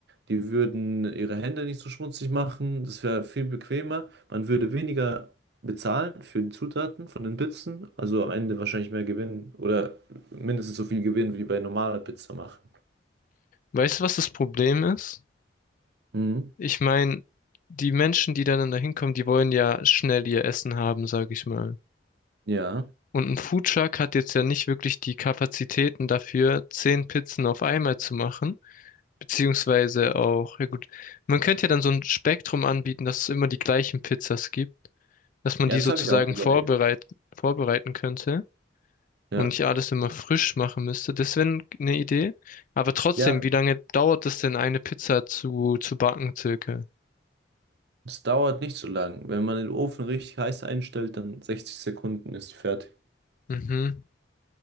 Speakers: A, on the right (about 60°); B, on the left (about 45°).
A: Die würden ihre Hände nicht so schmutzig machen. Das wäre viel bequemer. Man würde weniger bezahlen für die Zutaten von den Pizzen. Also am Ende wahrscheinlich mehr Gewinn oder mindestens so viel Gewinn wie bei normaler Pizza machen.
B: Weißt du, was das Problem ist?
A: Mhm.
B: Ich meine, die Menschen, die dann da hinkommen, die wollen ja schnell ihr Essen haben, sag ich mal.
A: Ja.
B: Und ein Foodtruck hat jetzt ja nicht wirklich die Kapazitäten dafür, zehn Pizzen auf einmal zu machen. Beziehungsweise auch, ja gut, man könnte ja dann so ein Spektrum anbieten, dass es immer die gleichen Pizzas gibt, dass man
A: Ja,
B: die
A: das
B: sozusagen
A: habe ich auch überlegt.
B: vorbereit vorbereiten könnte.
A: Ja.
B: und ich alles immer frisch machen müsste. Das wäre eine Idee. Aber trotzdem,
A: Ja,
B: wie lange dauert es denn, eine Pizza zu, zu backen, circa?
A: es dauert nicht so lang. Wenn man den Ofen richtig heiß einstellt, dann 60 Sekunden ist die fertig.
B: Mhm.